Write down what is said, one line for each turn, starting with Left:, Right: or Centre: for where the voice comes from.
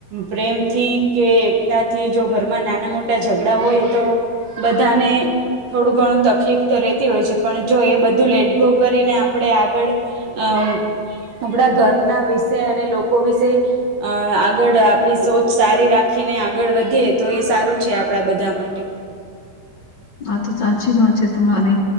Right: પ્રેમથી કે એકતા થી જો ઘરમાં નાના મોટા ઝઘડા હોય, તો બધાને થોડું ઘણું તકલીફ તો રહેેતી હોય છે. પણ જો એ બધું લેટગો કરીને આપણે આગળ <unintelligible> ઘરના વિશે અને લોકો વિશે અ આગળ આપણી સોચ સારી રાખીને આગળ વધીએ તો એ સારું છે, આપણા બધા માટે
Left: આ તો સાચી વાત છે, તમારી